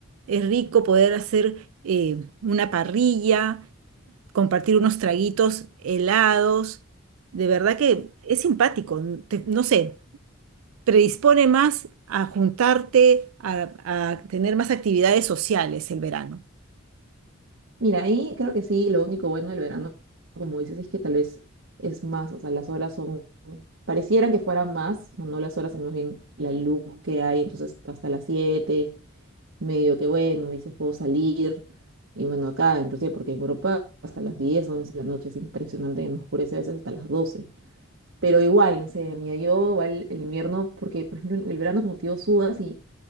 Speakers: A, on the right (about 80°); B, on the right (about 70°).
A: Es rico poder hacer eh, una parrilla, compartir unos traguitos helados. De verdad que es simpático, n- te- no sé, predispone más a juntarte, a, a tener más actividades sociales el verano.
B: Mira, ahí creo que sí, lo único bueno del verano, como dices, es que tal vez es más, o sea, las horas son, parecieran que fueran más, o no las horas, sino más bien la luz que hay, entonces hasta las 7 medio que bueno, dices, puedo salir, y bueno, acá, inclusive porque en Europa hasta las 10, 11, de la noche es impresionante, nos oscurece a veces hasta las 12, pero igual, no sé, mira, yo igual el invierno, porque por ejemplo el el verano como tío sudas y